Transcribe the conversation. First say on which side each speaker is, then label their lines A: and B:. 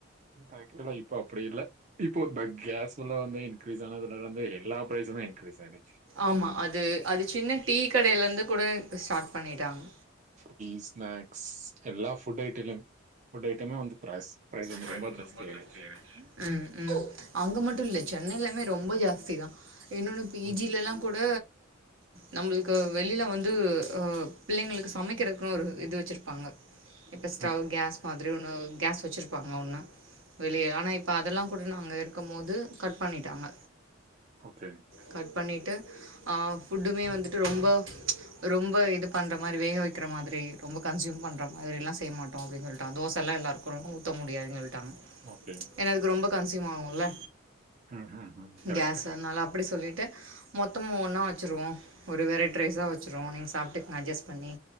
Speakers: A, on the right; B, on the right.
A: ஆக்சுவலா இப்ப அப்டி இல்ல இப்போ கேஸ்ல வந்து இன்கிரீஸ் ஆனதுல இருந்து எல்லா ப்ரைசுமே இன்கிரீஸ் ஆகிடுச்சி
B: ஆமா அது அது சின்ன டீ கடைல இருந்து கூட ஸ்டார்ட் பண்ணிட்டாங்க
A: டீ ஸ்நாக்ஸ் எல்லா ஃபுட் ஐட்டிலும் ஃபுட் ஐட்டமே வந்து பிராஸ் ப்ரைஸ் வந்து
B: <unintelligible>
A: ரொம்ப ஜாஸ்தி ஆயிடுச்சு.
B: ம் ம் அங்க மட்டு இல்ல சென்னையிலமே ரொம்ப ஜாஸ்தி தா இன்னொன்னு பி
A: ம்.
B: ஜிலல்லா கூட நம்மளுக்கு வெளில வந்து அ பிள்ளைங்களுக்கு சமைக்கிறது அப்றோ ஒரு இது வச்சிருப்பாங்க இப்ப ஸ்டவ்
A: ம்.
B: கேஸ் மாதிரி ஒன்னு கேஸ் வச்சிரு ப்பாங்க ஒண்ணு வெளிய ஆனா இப்ப அதெல்லா கூட நா அங்க இருக்கும் போது கட் பண்ணிட்டாங்க
A: ஓகே
B: கட் பண்ணிட்டு அ ஃபுட்டுமே வந்துட்டு ரொம்ப ரொம்ப இது பண்ற மாரி வேக வைக் க்கிற மாதிரி ரொம்ப கன்சூம் பண்ற மாதிரில்லா செய்யமாட்டோ அப்டின்னு சொ தோசல்லா எல்லாருக்கு ஊத்த முடியாதுன்னு சொல்ட்டாங்க
A: ஓகே
B: ஏனா அதுக்கு ரொம்ப கன்ஸ்யூம் ஆகும்ல
A: ம். ம். ம். கரெக்ட்.
B: கேஸ் அதனால அப்டி சொல்லிட்டு மொத்தமு ஒன்னா வச்சுருவோ ஒரு வெரைட் ரைஸ்ஸா வச்சுருவோ நீங்க சாப்ட்டுக்கங்க அட்ஜஸ்ட் பண்ணி